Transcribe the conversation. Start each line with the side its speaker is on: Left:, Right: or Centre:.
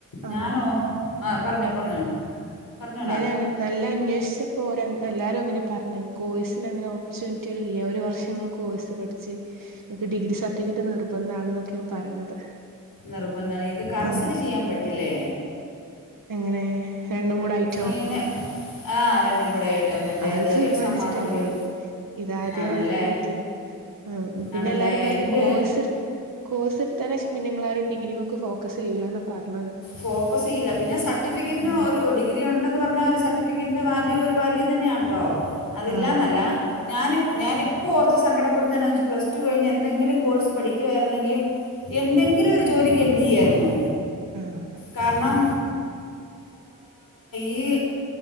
Right: ആ
Left: ഞാനോ ആ പറഞ്ഞോ പറഞ്ഞോ പറഞ്ഞോടാ
Right: ഞൻ നല്ല അന്വേ പ്പോ എല്ലാരരും അങ്ങനെ പറഞ്ഞ കോഴ്സിന് അങ്ങനെ ഓപ്പർച്യൂണിറ്റികൾ ഇല്ല ഒരു വർഷങ്ങൾ കോഴ്സ് പഠിച്ചു ച് നിങ്ങക്ക് ഡിഗ്രി സർട്ടിഫിക്കറ്റ് നിർബന്ധ ആണ എന്നൊക്കെ പറയണത്
Left: നിർബന്ധമാണ് ഇത് കറസില്
Right: ആ
Left: ചെയ്യാൻ പറ്റില്ലേ
Right: എങ്ങനെ രണ്ടും കൂടെ ആയിട്ടോ
Left: ഇങ്ങനെ ആ രണ്ടും കൂടെ ആയിട്ട് മറ്റേ
Right: അത് തീരുമാനിച്ചിട്ടില്ല
Left: എക്സാം മാത്രം പോയി
Right: ഇത് ആദ്യ
Left: ആണല്ലേ
Right: ഒരുതായിട്ട് ആ പിന്നെ
Left: ആണല്ലേ
Right: എല്ലാരും പറഞ്ഞ
Left: എൻ്റെ
Right: കോഴ്സ് കോഴ്സ്ടുത്താന പിന്നെങ്ങ ആരും ഡിഗ്രിമേക് ഫോക്കസ് ചെയ്യൂല എന്നാ പറഞ്ഞത്
Left: ഫോക്കസ് ചെയ്യില്ല പിന്നെ സർട്ടിഫിക്കറ്റിന്
Right: ആഹ്
Left: ഒരു ഡിഗ്രി ഉണ്ടെന്ന് പറഞ്ഞാൽ ഒരു സർട്ടിഫിക്കറ്റിൻ്റെ വാല്യൂ ഒരു വാല്യൂ തന്നെയാണ് കേട്ടോ അതില്ലാന്നല്ല
Right: ആഹ്
Left: ഞാനി ഞാന ഇപ്പോൾ ഓർത്ത് സങ്കടപ്പെടുന്നതാ വെച്ച് പ്ലസ് ടു കഴിഞ്ഞ് എന്തെങ്കിലും കോഴ്സ് പഠിക്കുായിരുന്നെങ്കിൽ എന്തെങ്കിലും ഒരു ജോലിക്ക് എന്തു ചെയ്യായിരുന്നു
Right: ആ
Left: കാരണം ഈ